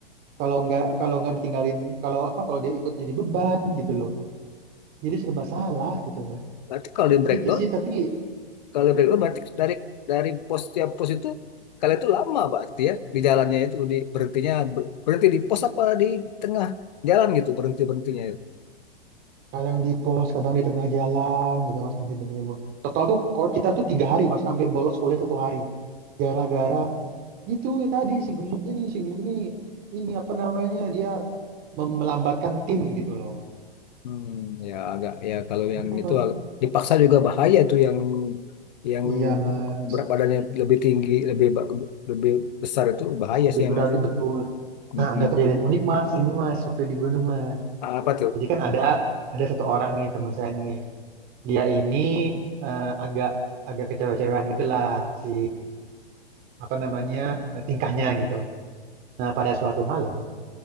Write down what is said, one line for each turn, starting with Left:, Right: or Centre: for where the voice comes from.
Right: kalau nggak kalau nggak ditinggalin kalau apa kalau dia ikut jadi beban gitu loh jadi serba salah gitu mas
Left: Berarti kalau di breakdown
Right: gitu sih tapi
Left: Kalau dari oh, berarti dari dari pos tiap pos itu kalian itu lama berarti ya di jalannya itu di berhentinya ber- berhenti di pos apa di tengah jalan gitu berhenti berhentinya. ya?
Right: kadang di pos kadang di tengah jalan gitu mas berhenti-berhentinya bu total tuh kalau kita tuh tiga hari mas sampai bolos kuliah satu hari gara-gara itu ya tadi si gemuk ini si gemuk ini ini apa namanya dia mem- melambatkan tim gitu loh
Left: Hmm, ya agak ya kalau yang
Right: gitu
Left: itu
Right: mas
Left: agak, dipaksa juga bahaya tuh yang yang
Right: iya mas
Left: berat badannya lebih tinggi lebih ba- lebih besar itu bahaya
Right: lebih
Left: sih emang
Right: berat
Left: sih.
Right: betul nah
Left: Mm-mm.
Right: ada kejadian unik mas ini mas waktu di gunung mas
Left: Apa tuh?
Right: jadi kan ada ada satu orang nih teman saya nih dia ini eh, agak agak kecewa-cewaan gitulah si apa namanya eh, tingkahnya gitu. Nah pada suatu malam